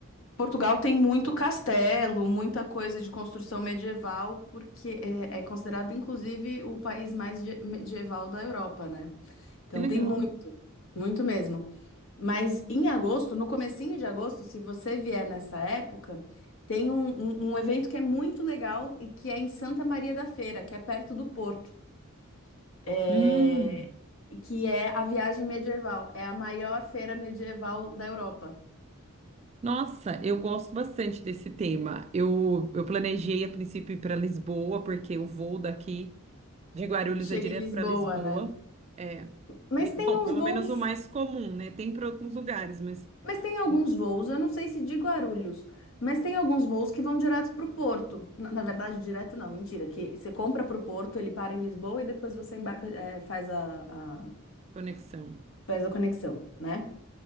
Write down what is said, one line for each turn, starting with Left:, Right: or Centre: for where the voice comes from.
Left: Portugal tem muito castelo, muita coisa de construção medieval, porque é, é considerado inclusive o país mais de- medieval da Europa, né? Então
Right: que legal.
Left: tem muito, muito mesmo. Mas em agosto, no comecinho de agosto, se você vier nessa época, tem um, um- um evento que é muito legal e que é em Santa Maria da Feira, que é perto do Porto, É,
Right: Hum.
Left: que é a viagem medieval. É a maior feira medieval da Europa.
Right: Nossa, eu gosto bastante desse tema. Eu, eu planejei a princípio ir para Lisboa, porque o voo daqui de Guarulhos
Left: Chega
Right: é direto
Left: em Lisboa,
Right: para Lisboa.
Left: né?
Right: É.
Left: Mas
Right: E,
Left: tem
Right: bom,
Left: uns
Right: pelo
Left: voos.
Right: menos o mais comum, né? Tem para outros lugares, mas
Left: Mas tem alguns
Right: hum,
Left: voos, eu não sei se de Guarulhos, mas tem alguns voos que vão direto para o Porto. Na, na verdade, direto não, mentira, que você compra para o Porto, ele para em Lisboa e depois você embarca, é, faz a, a-
Right: conexão.
Left: faz a conexão, né?